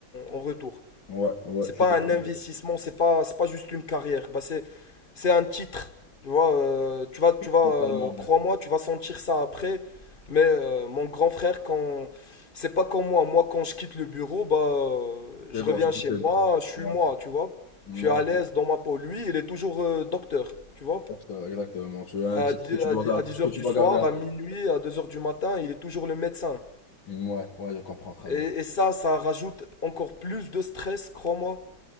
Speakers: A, on the left; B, on the left.
A: en retour.
B: Ouais, ouais,
A: C'est
B: c'est
A: pas
B: totalement,
A: un investissement, c'est pas, c'est pas juste une carrière. Bah, c'est, c'est un titre. Tu vois, euh, tu vas, tu vas,
B: totalement
A: euh,
B: vrai.
A: crois-moi, tu vas sentir ça après. Mais euh, mon grand frère, quand c'est pas comme moi, moi quand je quitte le bureau, bah, euh,
B: C'est
A: je
B: bon,
A: reviens
B: j'en ai
A: chez
B: fait
A: moi,
B: deux.
A: je suis
B: Ouais.
A: moi, tu vois.
B: Ouais,
A: Je suis à l'aise dans ma peau. Lui, il est toujours euh, docteur, tu vois
B: exact- exactement. Tu as un
A: à
B: titre que tu dois garder,
A: dix heures
B: que tu
A: du
B: dois
A: soir,
B: garder à
A: à
B: vie.
A: minuit, à deux heures du matin, il est toujours le médecin.
B: Ouais, ouais, je comprends très
A: Et,
B: bien.
A: et ça, ça rajoute encore plus de stress, crois-moi.